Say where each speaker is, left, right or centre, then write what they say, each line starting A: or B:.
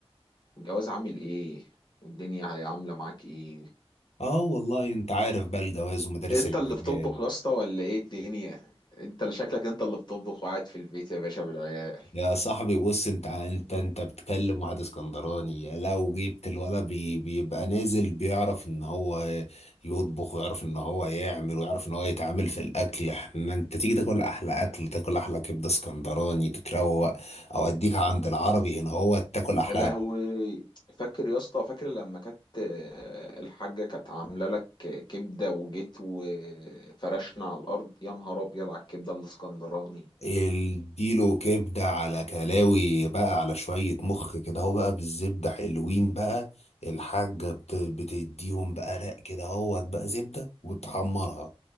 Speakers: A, on the left (about 45°); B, on the left (about 80°).
A: الجواز عامل ايه والدنيا هي عامله معاك ايه
B: اه والله انت عارف بقى الجواز ومدارس
A: انت
B: العيال
A: اللي بتطبخ يا اسطى ولا ايه الدنيا انت اللي شكلك انت اللي بتطبخ وقاعد في البيت يا باشا بالعيال
B: يا صاحبي بص انت انت انت بتكلم واحد اسكندراني لو جبت الولد بي بيبقى نازل بيعرف ان هو يطبخ ويعرف ان هو يعمل ويعرف ان هو يتعامل في الاكل احنا انت تيجي تاكل احلى اكل تاكل احلى كبده اسكندراني تتروق او اديك عند العربي هنا هو تاكل احلى
A: يا لهوي فاكر يا اسطى فاكر لما كانت آه، الحاجه كانت عامله لك كبده وجيت وفرشنا على الارض يا نهار ابيض على الكبده الاسكندراني
B: اديله كبدة على كلاوي بقى على شوية مخ كده هو بقى بالزبدة حلوين بقى الحاجة بت- بتديهم بقى رق كده هو بقى زبدة وتحمرها